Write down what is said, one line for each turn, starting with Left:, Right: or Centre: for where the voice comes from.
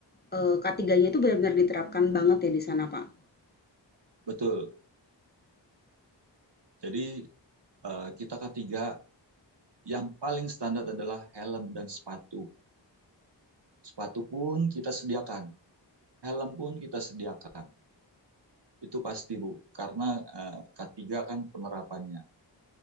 Left: eee, k itu benar-benar diterapkan banget ya di sana, Pak?
Right: Betul, Jadi eh, kita ketiga yang paling standar adalah helm dan sepatu. Sepatu pun kita sediakan, helm pun kita sediakan. Itu pasti Bu, karena eh, K3 kan penerapannya.